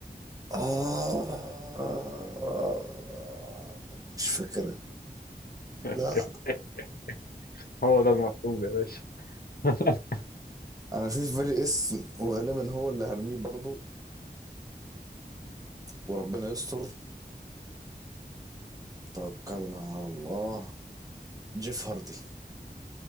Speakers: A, on the right; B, on the left.
A: آه مش فاكر
B: <laughs>
A: لا
B: هو ده المطلوب يا باشا <laughs>
A: انا في في بالي اسم وغالبا هو اللي هرميه برضو وربنا يستر توكلنا على الله جيف هاردي